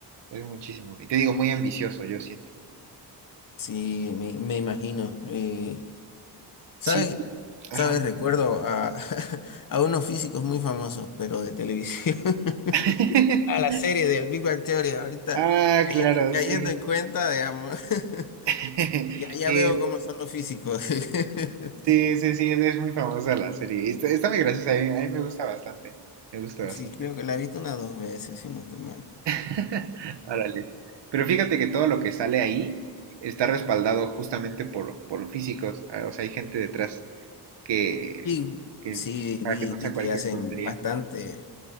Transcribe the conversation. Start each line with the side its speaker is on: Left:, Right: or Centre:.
Right: es muchísimo. Y te digo, muy ambicioso, yo siento.
Left: sí, me, me imagino. eh, ¿sabes?
Right: Sí, ajá.
Left: ¿Sabes? Recuerdo a, <laughs> a unos físicos muy famosos, pero de televisión, <laughs>
Right: <laughs>
Left: a la serie del Big Bang Theory, ahorita
Right: Ah,
Left: cayendo,
Right: claro,
Left: cayendo
Right: sí.
Left: en cuenta, digamos, <laughs>
Right: <laughs>
Left: ya, ya
Right: Sí,
Left: veo cómo son los físicos. <laughs>
Right: Sí, sí, sí, es muy famosa la serie. Está, está muy graciosa, a mí, a mí me gusta bastante. Me gusta bastante.
Left: Sí, creo que la he visto unas dos veces, si no estoy mal.
Right: <laughs> Órale. Pero fíjate que todo lo que sale ahí está respaldado justamente por, por físicos. ah, O sea, hay gente detrás que,
Left: Sí,
Right: que
Left: sí,
Right: para
Left: vi,
Right: que no
Left: vi
Right: sea
Left: que
Right: cualquier
Left: hacen
Right: tontería.
Left: bastante,
Right: ¿no?